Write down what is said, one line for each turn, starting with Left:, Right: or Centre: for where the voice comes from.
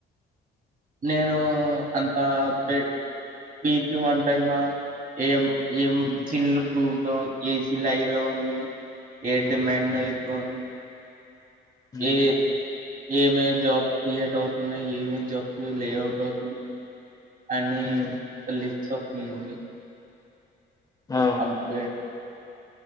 Right: నేను అంత అప్డేట్ వీక్లీ వన్ టైమా ఏం ఏం
Left: హ్మ్
Right: చిల్లుబుక్ డౌన్ ఎసిలైరో ఉంది ఏ డిమాండ్
Left: హ్మ్
Right: ఎక్కువుంది
Left: హ్మ్
Right: ఏ ఏమే జాబ్ క్రియేట్ అవుతున్నాయి ఏమే జాబ్ లేఅవుట్ అవుతున్నాయి అని
Left: హ్మ్
Right: లిఫ్ట్చెక్ మీ ఉంది
Left: ఆ
Right: అప్డేట్